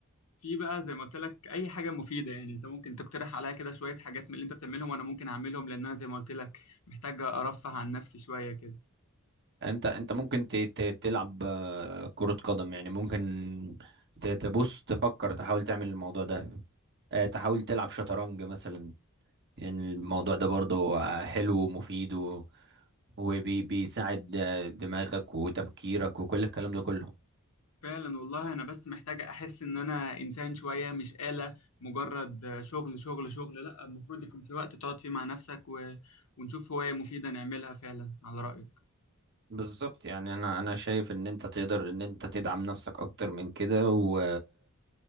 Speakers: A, on the left; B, on the right.
A: في بقى زي ما قلت لك اي حاجه مفيده يعني انت ممكن تقترح عليا كده شويه حاجات من اللي انت بتعملهم وانا ممكن اعملهم لان انا زي ما قلت لك محتاج ارفه عن نفسي شويه كده
B: انت انت ممكن ت- ت- تلعب آه، كرة قدم يعني ممكن ت- تبص تفكر تحاول تعمل الموضوع ده آه، تحاول تلعب شطرنج مثلا يعني الموضوع ده برضو آه، حلو ومفيد و... وبيساعد دماغك وتفكيرك وكل الكلام ده كله
A: فعلا والله انا بس محتاجه احس ان انا انسان شويه مش آلة مجرد شغل شغل شغل لا المفروض يكون في وقت تقعد فيه مع نفسك و... ونشوف هوايه مفيده نعملها فعلا على رايك
B: بالظبط يعني انا انا شايف ان انت تقدر ان انت تدعم نفسك اكتر من كده و